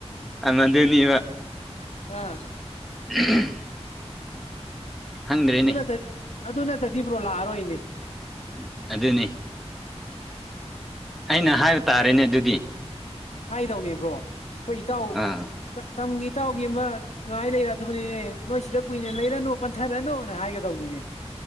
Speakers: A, in the centre; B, on the left.
A: ꯃꯗꯨꯅꯤꯕ
B: ꯑꯥ
A: <unintelligible> ꯈꯪꯗ꯭ꯔꯦꯅꯦ
B: ꯑꯗꯨꯅꯠ ꯑꯗꯨ ꯅꯠꯇꯗꯤ ꯕ꯭ꯔꯣ ꯂꯥꯛꯑꯔꯣꯏꯅꯦ
A: ꯎꯝ ꯑꯗꯨꯅꯤ ꯑꯩꯅ ꯍꯥꯏꯕ ꯇꯥꯔꯦꯅꯦ ꯑꯗꯨꯗꯤ
B: ꯍꯥꯏꯗꯧꯅꯦꯕ꯭ꯔꯣ ꯑꯩꯈꯣꯏ ꯏꯇꯥꯎ
A: ꯑꯥ
B: ꯇꯝꯒꯤ ꯏꯇꯥꯎꯒꯤ ꯑꯃ ꯥꯉꯥꯏ ꯂꯩꯔ ꯑꯗꯨꯕꯅꯦ ꯅꯣꯏ ꯁꯤꯗ ꯀꯨꯏꯅꯦ ꯂꯩꯔꯅꯨ ꯄꯟꯊꯔꯅꯨꯅ ꯍꯥꯏꯒꯗꯧꯅꯤꯅꯦ